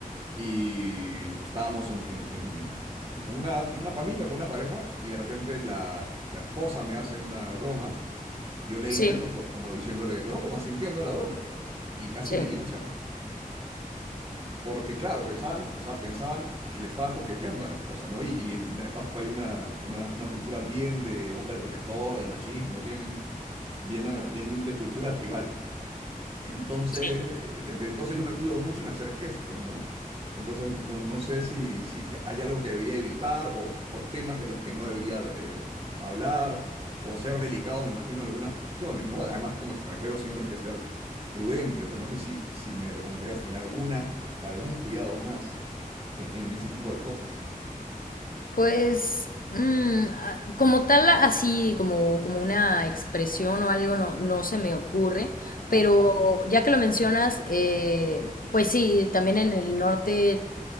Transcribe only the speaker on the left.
sí,
sí,
sí.
Pues mm, a- como tal, así como, como una expresión o algo, no, no se me ocurre,
pero ya que lo mencionas, eh, pues sí, también en el norte